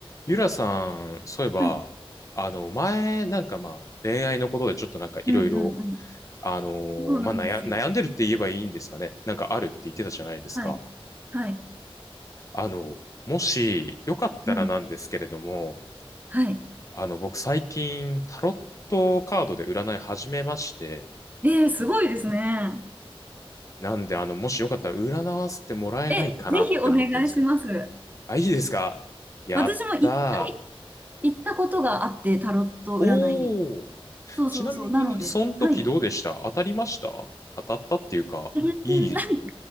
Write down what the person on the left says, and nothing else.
ゆらさん、そういえば、
あの、前、なんかまあ、恋愛のことでちょっとなんかいろいろ、
あのーまあ悩、
悩んでるって言えばいいんですかね。なんかあるって言ってたじゃないですか。
あの、もし、よかったらなんですけれども、
あの、僕最近、タロットカードで占い始めまして、
なんで、あの、もしよかったら占わせてもらえないかなって思ってるんですけど。
あ、いいですかやったー。
おー。
ちなみに、
その時どうでした当たりました当たったっていうか、
いい。